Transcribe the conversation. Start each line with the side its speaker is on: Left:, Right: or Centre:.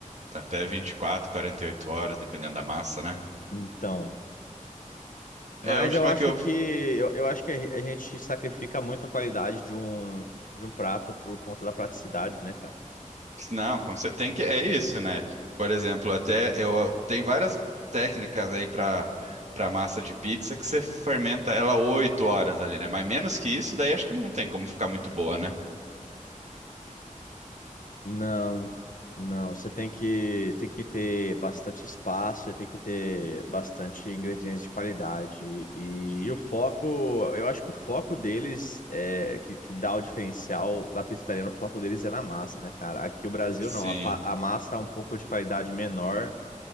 Right: Tá Até 24, 48 horas, dependendo da massa, né?
Left: Então.
Right: É,
Left: Mas
Right: a última
Left: eu acho
Right: que eu,
Left: que eu, eu acho que a a gente sacrifica muito a qualidade de um, de um prato por conta da praticidade, né, cara?
Right: Não, com cer- tem que é isso, né? Por exemplo, até eu tem várias técnicas aí para para massa de pizza que você fermenta ela oito horas ali, né? Mas menos que isso, daí acho que não tem como ficar muito boa, né?
Left: Não, não. Você tem que, tem que ter bastante espaço e tem que ter bastante ingredientes de qualidade. E, e o foco, eu acho que o foco deles é que, que dá o diferencial da pizza italiana, o foco deles é na massa, né, cara? Aqui o Brasil
Right: Sim,
Left: não, a, pa- a massa é um pouco de qualidade menor.